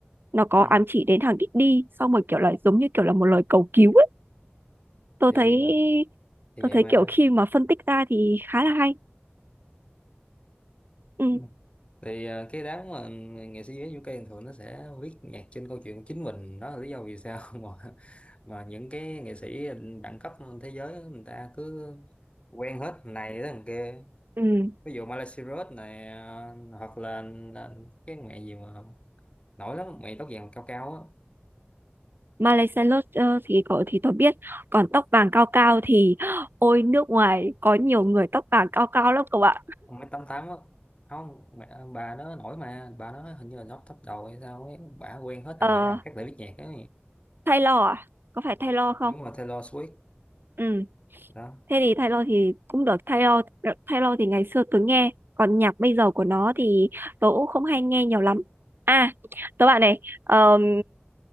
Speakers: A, on the right; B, on the left.
A: nó có
B: Ừ.
A: ám chỉ đến thằng Diddy xong rồi kiểu là giống như kiểu là một lời cầu cứu ấy tôi
B: thì
A: thấy
B: ờ, thì
A: tôi
B: vậy
A: thấy
B: mà
A: kiểu khi mà phân tích ra thì khá là hay ừ.
B: Ừ. thì ờ, cái đám mà nghệ sĩ giới UK thường thường nó sẽ viết nhạc trên câu chuyện của chính mình đó là lý do vì sao <laughs> mà mà những cái nghệ sĩ đẳng cấp thế giới người ta cứ quen hết thằng này tới thằng kia
A: Ừ,
B: ví dụ Miley Cyrus này ờ, hoặc là là cái mẹ gì mà nổi lắm mẹ tóc vàng cao cao á
A: Miley Cyrus ờ, thì cậu thì tôi biết còn tóc vàng cao cao thì ôi nước ngoài có nhiều người tóc vàng cao cao lắm cậu ạ
B: ông mấy tám tám á không mẹ ờ, bà nó nổi mà bà nó hình như là top top đầu hay sao ấy bà quen hết thằng
A: ờ
B: này thằng khác để biết nhạc ấy
A: Taylor à có phải Taylor không
B: đúng rồi Taylor Swift
A: ừ
B: đó
A: Thế thì Taylor thì cũng được Taylor Taylor thì ngày xưa tớ nghe còn nhạc bây giờ của nó thì tớ cũng không hay nghe nhiều lắm à tớ bạn này ờm,
B: Ừ.